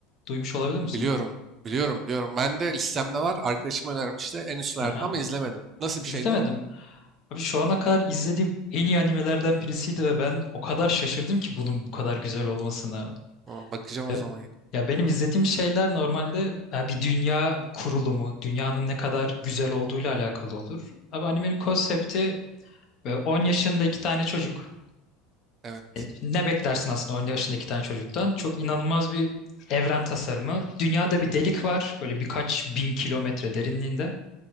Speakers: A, on the left; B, on the right.
A: Duymuş olabilir misin?
B: Biliyorum. Biliyorum. Biliyorum. Ben de listemde var. Arkadaşım önermişti. En üstlerde
A: Aha.
B: ama izlemedim. Nasıl
A: İzlemedim.
B: bir şeydi?
A: Abi şu ana kadar izlediğim en iyi animelerden birisiydi ve ben o kadar şaşırdım ki bunun bu kadar güzel olmasına.
B: Aa, bakacağım
A: Ya,
B: o zaman.
A: ya benim izlediğim şeyler normalde e, bir dünya kurulumu, dünyanın ne kadar güzel olduğuyla alakalı olur. Ama animenin konsepti e, 10 yaşında iki tane çocuk.
B: Evet.
A: E, Ne beklersin aslında 10 yaşında iki tane çocuktan? Çok inanılmaz bir evren tasarımı. Dünyada bir delik var, böyle birkaç bin kilometre derinliğinde.